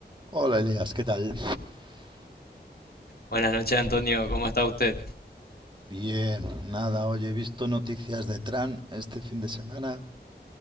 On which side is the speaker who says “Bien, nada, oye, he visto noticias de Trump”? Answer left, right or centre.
Right